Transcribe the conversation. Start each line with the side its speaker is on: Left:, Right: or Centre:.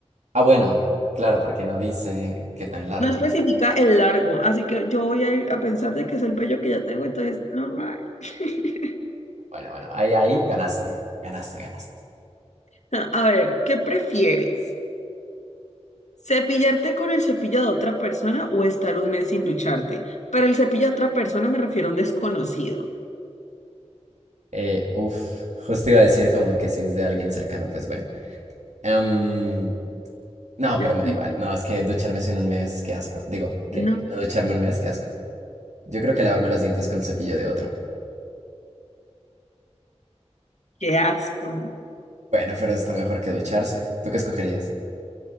Right: Ah, bueno, claro, porque no dice qué tan largo.
Left: No especifica el largo, así que yo voy a ir a pensar de que es el vello que ya tengo, entonces normal. <laughs>
Right: Bueno, bueno, ahí, ahí ganaste, ganaste, ganaste.
Left: A ver, ¿qué prefieres? ¿Cepillarte con el cepillo de otra persona o estar un mes sin ducharte? Pero el cepillo de otra persona me refiero a un desconocido.
Right: Eh, uf, justo iba a decir como que si es de alguien cercano, pues bueno. Em, No,
Left: No,
Right: pero me
Left: no,
Right: da igual. No, es que ducharme en un mes, qué asco. Digo, ¿qué?
Left: no,
Right: No ducharme un mes, qué asco. Yo creo que lavarme los dientes con el cepillo de otro.
Left: qué asco.
Right: Bueno, pero está mejor que ducharse. ¿Tú qué escogerías?